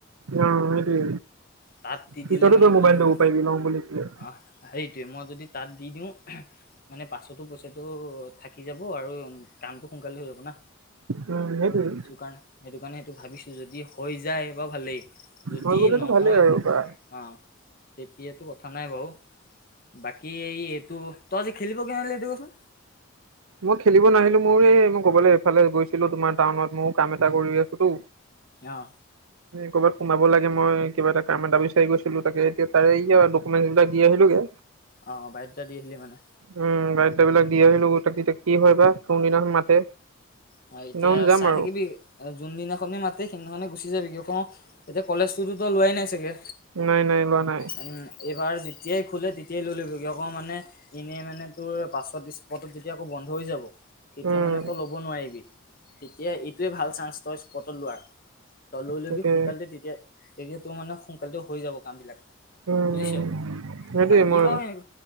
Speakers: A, on the right; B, on the left.
A: অ সেইটোয়ে
B: তাত দি
A: পিছতো
B: দিলে মানে
A: তোৰ মোবাইলটো
B: কি হ'ব
A: লব পাৰাবি লওঁ বুলি কলে
B: আহ সেইটোৱে মই যদি তাত দি দিওঁ মানে পাছতো পইচাটো থাকি যাব আৰু কামতটো সোনকালে হৈ যাব ন
A: উম, সেইটোৱে
B: সেইটো কাৰণে সেইটো কাৰণে সেইটো ভাবিছো যদি হৈ যায় বা ভালেই যদি
A: হৈ গ'লেতো
B: নহয়
A: ভালেই আৰু
B: গ
A: বা
B: অ তেতিয়াতো কথা কথা নাই বাৰু বাকী এই এইটো তই আজি খেলিব ক নিল দিবচোন
A: মই খেলিব নাহিলো মোৰ এই মই কবলৈ এইফালে গৈছিলো তোমাৰ টাউনত মই কাম এটা কৰি আছোটো।
B: অ'।
A: ক'ৰবাত সোমাব লাগে মই কিবা এটা কাম এটা বিচাৰি গৈছিলো তাকে এতিয়া তাৰে আৰু ডকুমেন্ট বিলাক দি আহিলোগে।
B: অ বায়'ডাটা দি আহিলি মানে
A: উম <unintelligible> বিলাক দি আহিলো। তাকে এতিয়া কি হয় বা কোনদিনাখন মাতে।
B: হয়
A: সেইদিনাখন
B: এতিয়া
A: যাম
B: চাই
A: আৰু।
B: থাকিবি যোনদিনাখনে মাতে সেইদিনাখনে গুচি যাবিগে কো এতিয়া কলেজ টোতোতো লোৱাই নাই চাগে।
A: নাই নাই লোৱা নাই।
B: উম, এইবাৰ যেতিয়াই খোলে তেতিয়াই লৈ ল'ব কি আকৌ মানে এনেই মানে তোৰ পাছত স্পটত যেতিয়া আকৌ বন্ধ হৈ যাব তেতিয়া
A: উম,
B: মানে তই ল'ব নোৱাৰিবি তেতিয়া এইটোৱে ভাল চান্স তই স্পটত লোৱাৰ। তই লৈ‌ লবি
A: তাকে
B: সোনকালতে তেতিয়া তেতি তোৰ মানে সোনকালতে হৈ যাব কাম বিলাক।
A: উম,
B: বুজিছ
A: সেইটোৱে
B: বাকী
A: মই
B: বাৰু নে